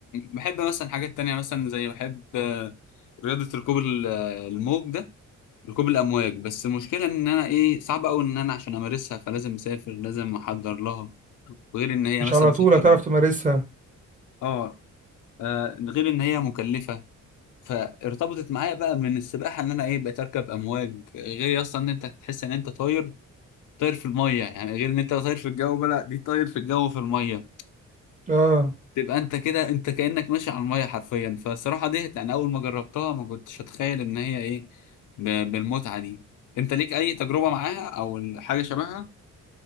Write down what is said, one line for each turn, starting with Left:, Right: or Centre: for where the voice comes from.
Left: بحب مثلا حاجات تانية مثلا زي بحب آه، رياضه ركوب ال- آه، الموج ده ركوب الامواج بس المشكله ان انا ايه صعب قوي ان انا عشان امارسها فلازم اسافر لازم احضر لها وغير ان هي
Right: مش
Left: مثلا
Right: على
Left: سفر
Right: طول هتعرف تمارسها
Left: اه آه، غير ان هي مكلفه فارتبطت معايا بقى من السباحه ان انا ايه بقيت اركب امواج غير اصلا ان انت تحس ان انت طاير طاير في الميه يعني غير ان انت طاير في الجو بقى لا دي طاير في الجو في الميه
Right: اه
Left: تبقى انت كده انت كانك ماشي على الميه حرفيا فالصراحه دي يعني اول ما جربتها ما كنتش اتخيل ان هي ايه ب- بالمتعه دي انت ليك اي تجربه معاها او حاجه شبهها